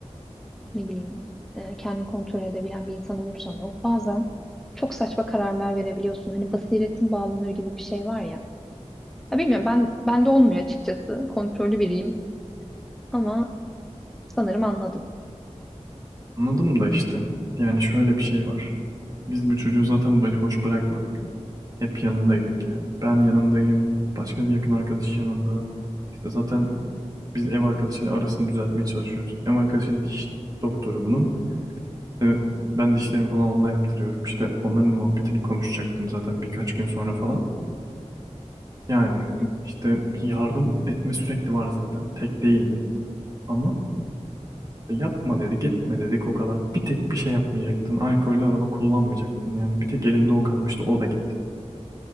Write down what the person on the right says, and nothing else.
Anladım da işte. Yani şöyle bir şey var. Biz bu çocuğu zaten başıboş bırakmadık. Hep yanındaydık yani. Ben yanındayım. Başka bir yakın arkadaş yanında. İşte zaten biz ev arkadaşıyla arasını düzeltmeye çalışıyoruz. Ev arkadaşı diş doktoru bunun. İşte ben dişlerimi falan onda yaptırıyorum. İşte onların muhabbetini konuşacaktım zaten birkaç gün sonra falan. Yani
işte yardım etme sürekli var zaten. Tek değildi. Ama işte, yapma dedik, etme dedik o kadar. Bir tek bir şey yapmayacaktın. Alkollü araba kullanmayacaktın. Yani bir tek elinde o kalmıştı. O da gitti.